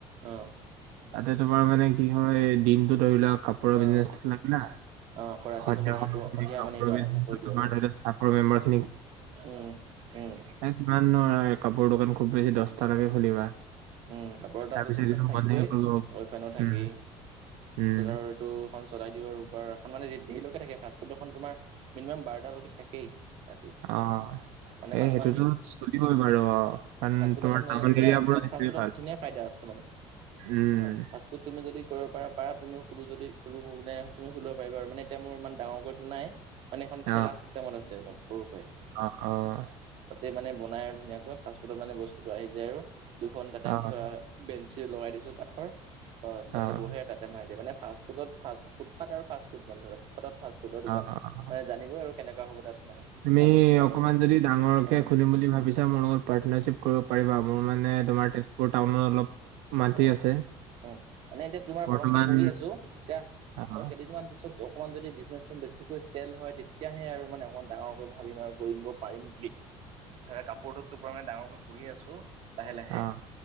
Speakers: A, on the right; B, on the right.
A: অ', অ'।
B: তাতে তোমাৰ মানে কি হয় দিনটো ধৰি লোৱা কাপোৰৰ
A: অ',
B: বিজনেছত লাগিলা
A: আকৌ ৰাতি
B: সন্ধিয়া
A: তোমাৰ
B: সময়ত
A: সেইটো
B: তুমি
A: সন্ধিয়া
B: ডক্টৰখিনি
A: মানে সেইটো আৰম্ভ কৰি দিওঁ
B: বা
A: আৰু
B: চাকৰ মেম্বাৰখিনিক
A: উম, উম।
B: এই কিমাননো আৰু কাপোৰৰ দোকান খুব বেছি দহটালৈকে
A: উম।
B: খুলিবা।
A: উম, কাপোৰৰ
B: তাৰপিছত
A: তাঁততো তাত
B: এইটো
A: থাকিবই,
B: বন্ধহে কৰিব
A: অলফোনো থাকেই।
B: উম উম
A: পিছত আৰু এইটো এখন চলাই দিওঁ আৰু, এখন মানে দেৰিলৈকে থাকে, ফাষ্টফুড এখন তোমাৰ মিনিমাম বাৰটালৈকে থাকেই। ৰাতি
B: অ'
A: মানে
B: সেই
A: মানুহ
B: সেইটোতো চলিবই বাৰু, অ'
A: ফুড
B: কাৰণ তোমাৰ
A: এখন ললে
B: টাউন
A: ধুনীয়া,
B: এৰিয়াবোৰত
A: তাত
B: সেইটোৱে
A: ফাফুডত
B: ভাল।
A: ধুনীয়া ফাইদা আছে
B: উম,
A: তোমাৰ, ফাচ তুমি যদি কৰিব পাৰ পাৰ তুমি খোলো যদি খোঁ বোলে তুমি খুলিব পাৰিবা আৰু মানে এতিয়া মোৰ ইমান ডাঙৰতো নাই মানে এখন ঠেলা
B: অ',
A: চিষ্টেমত আছে অলপ সৰুকে।
B: অ', অ'।
A: তাতে মানে বনাই আৰু ধুনীয়াকৈ ফাষ্টফুডত মানে বস্তুটো আহি যায় আৰু দুখন তাতে
B: অ',
A: ধৰা বেঞ্চি লগাই দিছোঁ কাঠৰ বছ
B: অ',
A: তাতে বহে। তাতে মাৰি দিয়ে, মানে ফাষ্ট ফুড, ফাষ্ট ফুডফথ আৰু ফাষ্টফুড মানে আৰু ফুডত ফাষ্ট ফুডৰ দোকান,
B: অ', অ'।
A: মানে জানিবই আৰু কেনেকা হ'ব তাত মানে।
B: তুমি
A: ফাষ্ট ফুটপাথত
B: অকমান যদি ডাঙৰকে
A: উম
B: খুলিম বুলি ভাবিছা মোৰ লগৰ পাৰ্টনাৰশ্বিপ কৰিব পাৰিবা, মোৰ মানে তোমাৰ তেজপুৰ টাউনত অলপ মাটি
A: অ',
B: আছে।
A: অ' মানে এতিয়া তোমাৰ
B: বৰ্তমান
A: প্ৰথমতে কৰি আছোঁ এতিয়া
B: অ',
A: আৰু কেইদিনমান পিছত যক অকণমান যদি বিজনেছটো বেছিকৈ চেল হয় তেতিয়াহে আৰু মানে অকণমান ডাঙৰকৈ ভাবিম আৰু কৰিব পাৰিম বুলি। ধৰা কাপোৰটোত টোপ মানে ডাঙৰকৈ কৰি আছোঁ লাহে লাহে
B: অ',